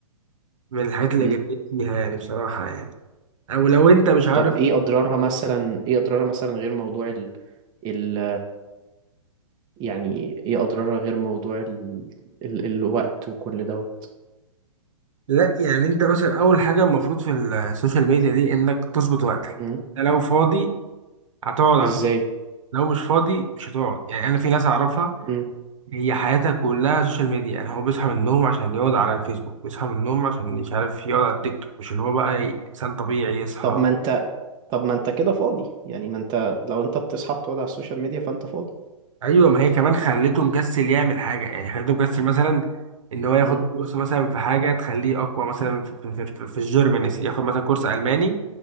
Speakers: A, on the right (about 65°); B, on the right (about 25°).
A: من الحاجات الايجابية
B: مم.
A: اللي جايبين فيها يعني بصراحة يعني او لو انت مش عارف
B: طب ايه اضرارها مثلا ايه اضرارها مثلا غير موضوع ال ال يعني ايه اضرارها غير موضوع ال ال الوقت وكل دوت
A: لا يعني انت مثلا اول حاجة المفروض في السوشيال ميديا دي انك تظبط وقتك
B: مم.
A: أنت لو فاضي هتقعد على
B: ازاي
A: السوشيال- لو مش فاضي مش هتقعد يعني انا في ناس اعرفها
B: مم.
A: هي حياتها كلها سوشيال ميديا يعني هو بيصحى من النوم عشان يقعد على الفيسبوك بيصحى من النوم عشان مش عارف يقعد على التيك توك مش اللي هو بقى ي- انسان طبيعي يصحى
B: طب ما انت طب ما انت كده فاضي يعني ما انت لو انت بتصحى بتقعد على السوشيال ميديا فانت فاضي
A: ايوه ما هي كمان خلته مكسل يعمل حاجه يعني خلته مكسل مثلا ان هو ياخد
B: امم
A: كورس مثلا في حاجه تخليه اقوى مثلا في, في, في, في الجيرمان يا سيدي ياخد مثلا كورس الماني